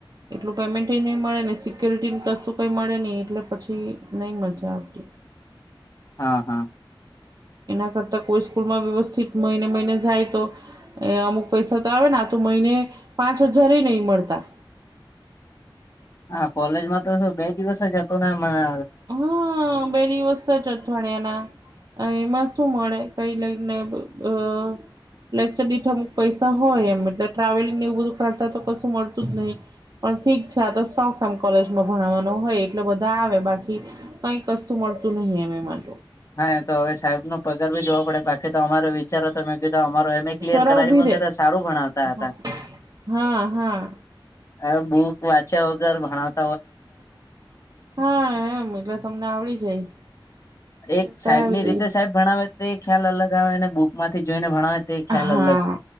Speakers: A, on the right; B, on the left.
A: એટલું પેમેન્ટ નહી મળે ને સિક્યોરિટીને કશું કઈ મળે નહી એટલે પછી નઈ મજા આવતી. હમ.
B: હા હા.
A: એના કરતા કોઈ સ્કૂલમાં વ્યવસ્થિત મહિને મહિને જાય તો એ અમુક પૈસા તો આવે ને હાથ ઉપર મહિને પાંચ હજારે નહી મળતા
B: હા કોલેજ માં તો બે દિવસ જ હતો ને મને
A: હમ તે દિવસે જ અઠવાડિયાના એમાં શું મળે કઈ લઈને અ લેક્ચર દીઠ અમુક પૈસા હોય એમ એટલે ટ્રાવેલિંગ એવું બધું કરાતા તો કશું મળતું જ નહી પણ ઠીક છે, આ તો શોખ એમ કોલેજમાં ભણાવવા હોય એટલે બધા આવે બાકી કઈ કશું મળતું નહી અમે મા
B: હા, એ તો હવે સાહેબ નો પગાર ભી જોવા પડે બાકી તો અમારે વિચારો તો મે કીધ અમારો એમ એ ક્લિયર
A: શ્વરા
B: કરાવી
A: ઉભી
B: મુકે
A: રે
B: તો સારું ભણાવતા હતા
A: હા હા, હા
B: અ બુક વાંચ્યા વગર ભણાવ
A: હા, એમ એટલે તમને આવડી જાય ક્લિયર
B: એક
A: કરાવી
B: સાહેબ ની
A: દઈ
B: રીતે સાહેબ ભણાવે તે ખ્યાલ અલગ આવે ને બુક માંથી જોઈને ભણાવે તે ખ્યાલ
A: હા,
B: અલગ